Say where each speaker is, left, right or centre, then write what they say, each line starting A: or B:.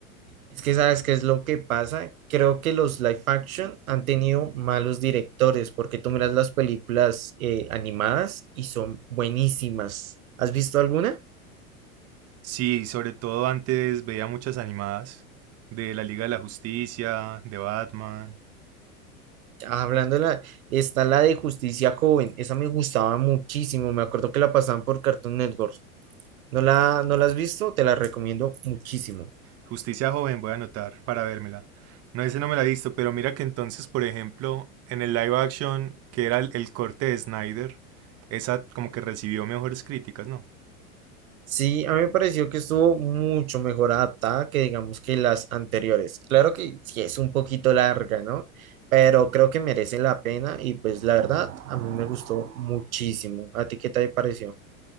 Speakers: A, on the right (about 70°); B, on the right (about 35°).
A: Es que sabes qué es lo que pasa, creo que los live action han tenido malos directores porque tú miras las películas eh, animadas y son buenísimas. ¿Has visto alguna?
B: Sí, sobre todo antes veía muchas animadas de la Liga de la Justicia, de Batman.
A: Hablando de la, está la de Justicia Joven, esa me gustaba muchísimo, me acuerdo que la pasaban por Cartoon Network. ¿No la, no la has visto? Te la recomiendo muchísimo.
B: Justicia joven, voy a anotar para vérmela. No, ese no me la he visto, pero mira que entonces, por ejemplo, en el live action, que era el, el corte de Snyder, esa como que recibió mejores críticas, ¿no?
A: Sí, a mí me pareció que estuvo mucho mejor adaptada que digamos que las anteriores. Claro que sí es un poquito larga, ¿no? Pero creo que merece la pena y pues la verdad a mí me gustó muchísimo. ¿A ti qué te pareció?